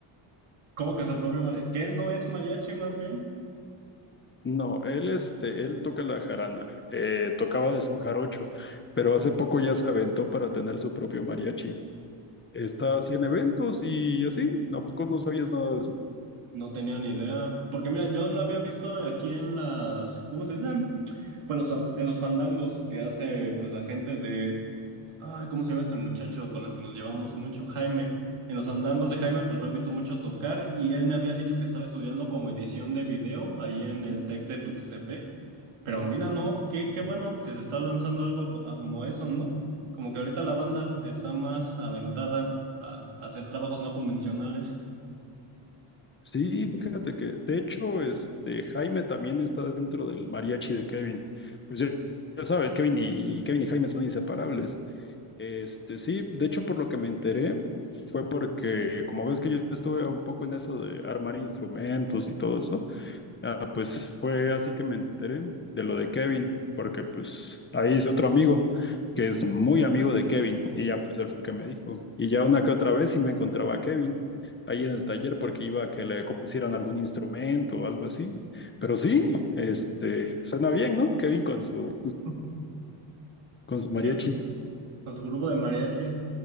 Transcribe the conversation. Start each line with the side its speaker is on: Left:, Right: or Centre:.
Right: ¿Cómo que su propio mariachi? ¿Que él no es mariachi más bien?
Left: No, él, este, él toca la jarana. eh, tocaba de son jarocho, pero hace poco ya se aventó para tener su propio mariachi. Está así en eventos y así. ¿A poco no sabías nada de eso?
Right: No tenía ni idea. Porque mira, yo lo había visto aquí en las, ¿cómo se dice? Bueno, so- en los fandangos que hace pues la gente de, ah, ¿cómo se llama este muchacho con el que nos llevamos mucho? Jaime. En los fandangos de Jaime pues lo he visto mucho tocar y él me había dicho que estaba estudiando como edición de video ahí en el Tec de Tuxtepec. Pero mira, no, qué, qué bueno que se está lanzando algo co- como eso, ¿no? Como que ahorita la banda está más aventada a a hacer trabajos no convencionales.
Left: Sí, fíjate que, de hecho, este Jaime también está dentro del mariachi de Kevin. Pues ya, ya sabes, Kevin y Kevin y Jaime son inseparables. Este, sí, de hecho, por lo que me enteré, fue porque, como ves que yo estuve un poco en eso de armar instrumentos y todo eso. Ah, pues fue así que me enteré de lo de Kevin, porque pues ahí hice otro amigo que es muy amigo de Kevin y ya pues él fue el que me dijo. Y ya una que otra vez sí me encontraba a Kevin ahí en el taller porque iba a que le compusieran algún instrumento o algo así. Pero sí, este, suena bien, ¿no? Kevin con su,
Right: <laughs>
Left: con su mariachi.
Right: Sí, Con su grupo de mariachis.